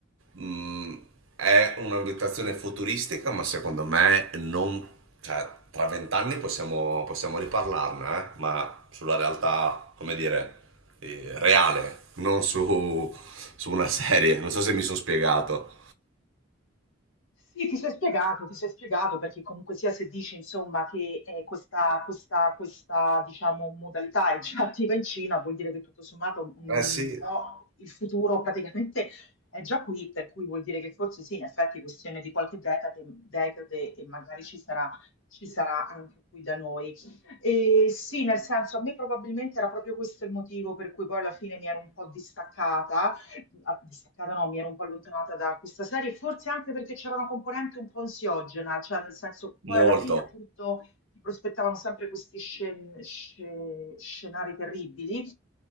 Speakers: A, on the right; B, on the left.
A: Mm, è un'ambientazione futuristica, ma secondo me non... cioè, tra vent'anni possiamo, possiamo riparlarne, eh? ma sulla realtà, come dire, eh, reale, non su, su una serie. Non so se mi sono spiegato.
B: Sì, ti sei spiegato, ti sei spiegato perché comunque sia se dici insomma che eh, questa, questa, questa diciamo, modalità è già <laughs> attiva in Cina, vuol dire che tutto sommato mh,
A: Eh sì, eh,
B: no, il futuro praticamente è già qui, per cui vuol dire che forse sì, in effetti è questione di qualche decade, decade e magari ci sarà, ci sarà anche qui da noi. E sì, nel senso, a me probabilmente era proprio questo il motivo per cui poi alla fine mi ero un po' distaccata che ah, distaccata no, mi ero un po' allontanata da questa serie, forse anche perché c'era una componente un po' ansiogena, cioè nel senso, poi
A: molto.
B: alla fine appunto ti prospettavano sempre questi scen- sce- scenari terribili.